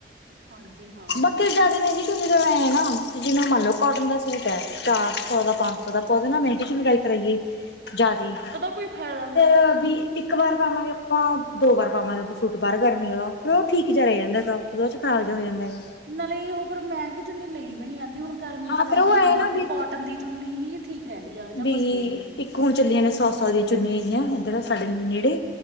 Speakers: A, on the right (about 65°); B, on the left (about 75°).
A: ਹਾਂਜੀ ਹਾਂ
B: ਬਾਕੀ ਜ਼ਿਆਦਾ ਮਹਿੰਗੀ ਚੁੰਨੀ ਤਾਂ ਹੈ ਨਾ, ਜਿਵੇਂ ਮੰਨ ਲਓ ਕੋਟਨ ਦਾ ਸੂਟ ਐ, ਚਾਰ ਸੌ ਦਾ ਪੰਜ ਸੌ ਆਪਾਂ ਉਹਦੇ ਨਾਲ ਮਹਿੰਗੀ ਚੁੰਨੀ ਡਾਈ ਕਰਾਈਏ ਜਾਦੀ
A: ਕੀ ਫੈਦਾ
B: ਔਰ ਵੀ ਇੱਕ ਵਾਰ ਪਾਵਾਂਗੇ ਆਪਾਂ, ਦੋ ਵਾਰ ਪਾਵਾਂਗੇ ਸੂਟ ਬਾਹਰ ਗਰਮੀ ਵਾਲਾ, ਫੇਰ ਉਹ ਠੀਕ ਜਿਹਾ ਰਹਿ ਜਾਂਦਾ ਗਾ ਉਹਦੇ 'ਚ ਖਰਾਬ ਜਿਹਾ ਹੋ ਜਾਂਦਾ ਗਾ
A: ਨਾਲੇ ਇਹ ਉਪਰ ਮਹਿੰਗੀ ਚੁੰਨੀ ਲਈ ਵੀ ਨੀ ਜਾਂਦੀ ਹੁਣ ਗਰਮੀ
B: ਹਾਂ
A: 'ਚ ਤਾਂ
B: ਫੇਰ
A: ਆਪਾਂ
B: ਉਹ
A: ਨੂੰ
B: ਐ
A: ਹੁੰਦਾ
B: ਨਾ
A: ਵੀ ਕੋਟਨ ਦੀ ਚੁੰਨੀ ਹੀ ਠੀਕ ਰਹਿੰਦੀ ਆ ਜਾਂ
B: ਵੀ
A: ਮਸਲੀਨ ਦੀ।
B: ਇੱਕ ਹੁਣ ਚੱਲੀਆਂ ਆ ਸੌ -ਸੌ ਦੀਆਂ ਚੁੰਨੀਆਂ ਜਿਹੀਆਂ, ਇੱਧਰ ਸਾਡੇ ਨੇੜੇ